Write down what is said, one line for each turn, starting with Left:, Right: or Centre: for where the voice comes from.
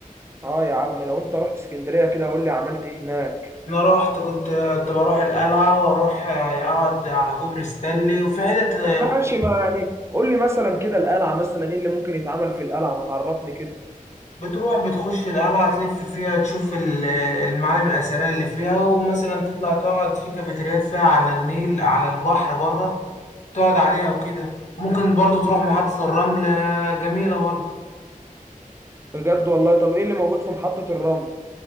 Right: اه يا عم لو انت رحت اسكندرية كده قول لي عملت ايه هناك
Left: انا رحت كنت كنت بروح القلعه واروح آه، اقعد على كوبري ستانلي وفي حتت آه،
Right: طب ماشي ما يعني قول لي مثلا كده القلعة مثلا ايه اللي ممكن يتعمل في القلعة ما تعرفني كده
Left: بتروح بتخش القلعه تلف فيها تشوف ال- المعالم الاثريه اللي فيها ومثلا تطلع تقعد في كافيتريات فيها على النيل على البحر بره تقعد عليها وكده ممكن برضو تروح محطه الرمل آه، جميله برضو
Right: بجد والله طب ايه اللي موجود في محطة الرمل